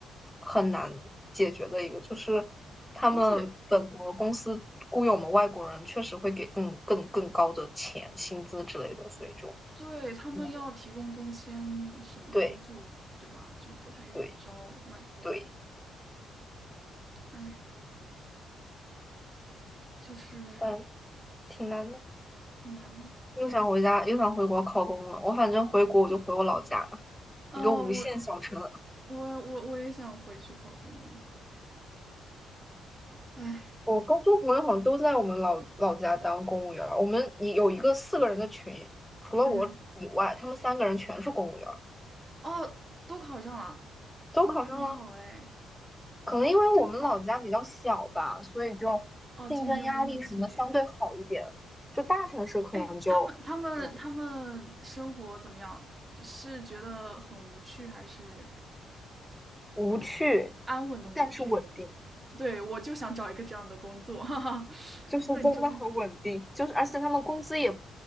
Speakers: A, in the centre; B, on the right (about 25°).
A: 很难解决的一个，就是他们本国公司雇佣我们外国人，
B: 而且
A: 确实会给更更更高的钱、薪资之类的，所以就
B: 对，他们要提供工签什么帮助，
A: 嗯对
B: 对吧？就不太愿意招外国人。
A: 对对，
B: 哎，就是
A: 但挺难的。
B: 挺难的。
A: 又想回家，又想回国考公了。我反正回国我就回我老家，
B: 啊，
A: 一个无限小城。
B: 我我我我也想回去考公了。哎，
A: 我高中朋友好像都在我们老老家当公务员儿我们一有一个四个人的群，除了我以外，
B: 嗯，
A: 他们三个人全是公务员儿
B: 哦，都考上了，
A: 都考上了。
B: 那很好哎，
A: 可能因为我们老家比较小吧，
B: 真好。
A: 所以就竞争压力什么相对好一点。
B: 哦，竞争不是很激烈。
A: 就大城市可能就比较
B: 哎，他们他们他们生活怎么样？是觉得很无趣，还是
A: 无趣，
B: 安稳的无趣？
A: 但是稳定，
B: 对，我就想找一个这样的工作，<laughs> 哈哈，
A: 就是真的很稳定。
B: <laughs> 稳中
A: 就是而且他们工资也